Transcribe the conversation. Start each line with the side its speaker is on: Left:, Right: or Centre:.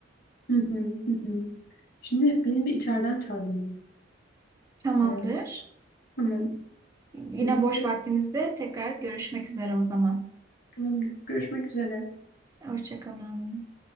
Left: Hı hı, hı hı. Şimdi benim bir içeriden çağırıyor.
Right: Tamamdır.
Left: Aa, Tamam.
Right: Yine
Left: Hı,
Right: boş
Left: Peki,
Right: vaktimizde tekrar görüşmek üzere o zaman.
Left: Tamam. Görüşmek üzere.
Right: Hoşça kalın.